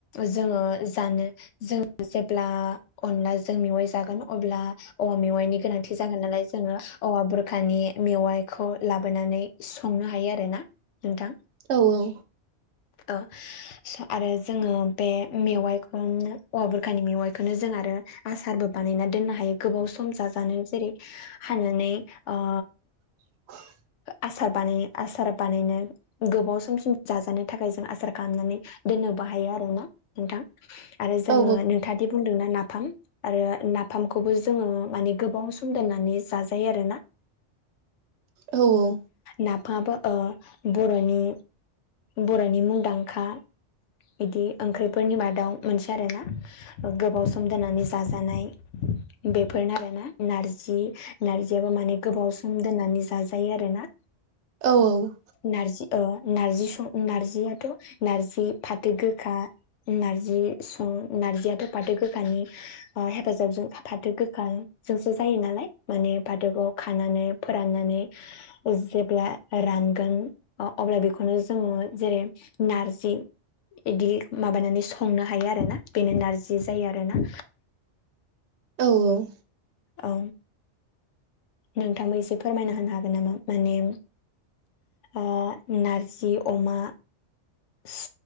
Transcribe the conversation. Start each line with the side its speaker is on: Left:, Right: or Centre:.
Left: जोङो जानो जों जेब्ला अनला जों मेवाय जागोन। अब्ला औवा मेवाइनि गोनांथि जागोन नालाय जोङो औवा बुरखानि मेवाइखौ लाबोनानै संनो हायो आरोना नोंथां।
Right: औ औ।
Left: अह। स आरो जोङो बे मेवाइखौनो औवा बुरखानि मेवाइखौनो जों आरो आसारबो बानायना दोननो हायो गोबाव सम जाजानो जेरै हानानै ओ
Right: <inaudible>
Left: आसार बानाय आसार बानायनो गोबाव समसिम जाजानो थाखाय जों आसार खालामना नै दोननोबो हायो आरोना नोंथां आरो जोङो
Right: औ
Left: नोंथाङादि बुंदोंना नाफाम। आरो नाफामखौबो जोङो माने गोबाव सम दोननानै जाजायो आरोना।
Right: औ औ।
Left: नाफामाबो बर'नि बर'नि मुंदांखा बिदि ओंख्रिफोरनि मादाव मोनसे आरोना गोबाव सम दोननानै जाजानाय। बेफोरनो आरोना नारजि नारजियाबो माने गोबाव सम दोननानै जाजायो आरो ना।
Right: औ औ।
Left: नारजि ओ नारजि सं नार्जियाथ' नारजि फाथो गोखा नार्जि सं नार्जियाथ' फाथो गोखानि ओ हेफाजाबजों फाथो गोखाजोंसो जायो नालाय माने फाथोखौ खानानै फोराननानै जेब्ला रानगोन अब्ला बेखौनो जोङो जेरै नारजि इदि माबानानै संनो हायो आरोना बेनो नारजि जायो आरोना।
Right: औ औ
Left: औ नोंथांबो एसे फोरमायना होनो हागोन नामा माने अ नारजि अमा स